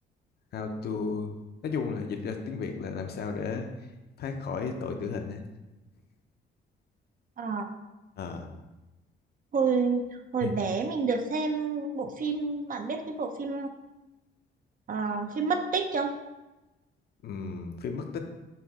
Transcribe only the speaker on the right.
Ờ,
hồi hồi
bé mình được xem bộ phim bạn biết cái bộ phim ờ, phim mất tích không?